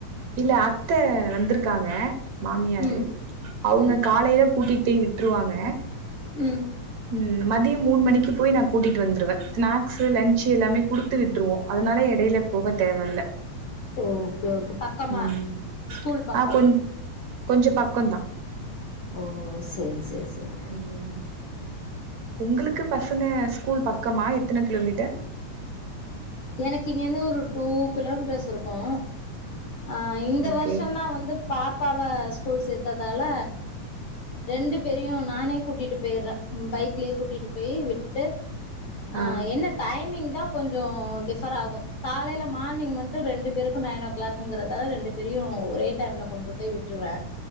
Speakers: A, on the right; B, on the left.
A: இல்ல அத்த வந்துருக்காங்க மாமியாரு
B: ம்
A: அவங்க
B: ம்
A: காலையில கூட்டிட்போய் விட் ட்ருவாங்க
B: ம்
A: ம் மதியோ மூணு மணிக்கு போய் நா கூட்டிட்டு வந்ருவே ஸ்நாக்ஸ்சு லன்ச்சு எல்லாமே குடுத்து விட்டுருவோ அதனால எடையில போக தேவ இல்ல
B: ஓகே ஓகே பக்கமா
A: ம்
B: ஸ்கூல் பக்கம்
A: ஆ கொஞ் கொஞ்சோ பக்கதா
B: ஓ சேரி சேரி சேரி
A: ம்‌ ம் உங்ளுக்கு பசங்க ஸ்கூல் பக்கமா எத்தன கிலோமீட்டர்
B: எனக்கு இங்கைருந்து ஒரு டூ கிலோமீட்டர்ஸ் இருக்கு அ இந்த
A: ஓகே
B: வர்ஷோதா வந்து பாப்பாவ ஸ்கூல் சேத்ததால ரெண்டு பேரியு நானே கூட்டிட்டு பேய்ட்ற பைக்லியே கூட்டிட்டு பேயி விட்டுட்டு அ
A: ஆ
B: என்ன டைமிங்தா கொஞ்சோ டிஃபர் ஆகு காலைல மார்னிங் மட்டு ரெண்டு பேருக்கு நைன் ஓ கிளாக்ங்றத ரெண்டு பேரயு ஒரே டைம்ல கொண்டு போய் விட்ருவ